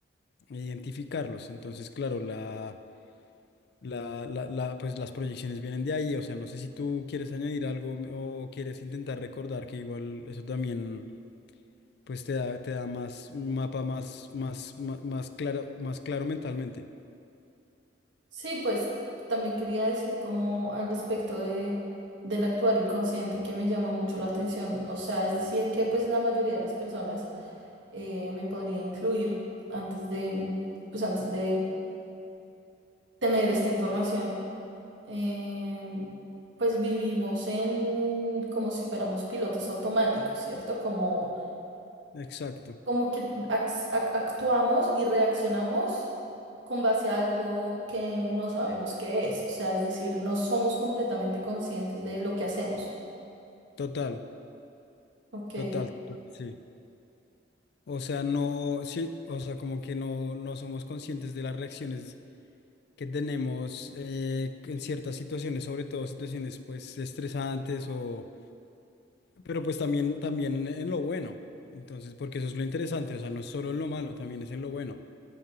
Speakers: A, on the left; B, on the right.
A: identificarlos. Entonces, claro, la, la, la, la- pues las proyecciones vienen de ahí. O sea, no sé si tú quieres añadir algo o quieres intentar recordar que igual eso también pues te da, te da más un mapa más, más, más, más claro, más claro mentalmente.
B: Sí, pues también quería decir como al respecto de, del actuar inconsciente que me llama mucho la atención. O sea, es decir, que pues la mayoría de las personas eh, me podría incluir antes de, pues antes de tener esta información. em, pues vivimos en como si fuéramos pilotos automáticos, ¿cierto? Como
A: Exacto.
B: como que ax- ac- actuamos y reaccionamos con base a algo que no sabemos qué es, o sea, es decir, no somos completamente conscientes de lo que hacemos.
A: Total,
B: Ok,
A: total, total, sí. O sea, no, sí, o sea, como que no, no somos conscientes de las reacciones que tenemos eh, en ciertas situaciones, sobre todo situaciones pues estresantes o, pero pues también, también en lo bueno. Entonces, porque eso es lo interesante, o sea, no es solo en lo malo, también es en lo bueno.